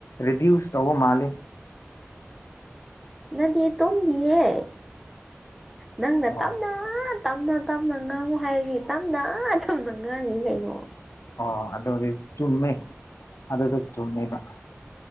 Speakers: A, on the left; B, in the centre.
A: ꯔꯤꯗ꯭ꯌꯨꯁ ꯇꯧꯕ ꯃꯥꯜꯂꯤ
B: ꯅꯗꯤ ꯇꯣꯝꯗꯤꯌꯦ ꯅꯪꯅ
A: ꯑꯣ
B: ꯇꯝꯅ ꯇꯞꯅ ꯇꯞꯅ ꯉꯥꯡꯉꯨ ꯍꯥꯏꯔꯒꯤ ꯇꯞꯅ ꯇꯝꯅ ꯉꯥꯡꯉꯤꯗꯤ ꯀꯩꯅꯣ
A: ꯑꯣ ꯑꯗꯨꯗꯤ ꯆꯨꯝꯃꯦ ꯑꯗꯨꯗꯣ ꯆꯨꯝꯃꯦꯕ